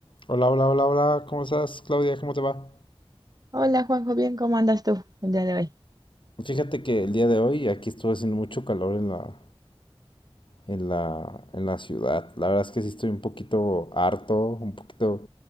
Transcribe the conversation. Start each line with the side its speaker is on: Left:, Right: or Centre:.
Left: Hola, hola, hola, hola, ¿cómo estás, Claudia? ¿Cómo te va?
Right: Hola Juanjo, bien, ¿cómo andas tú el día de hoy?
Left: Fíjate que el día de hoy aquí estuvo haciendo mucho calor en la, en la, en la ciudad. La verdad es que sí estoy un poquito harto, un poquito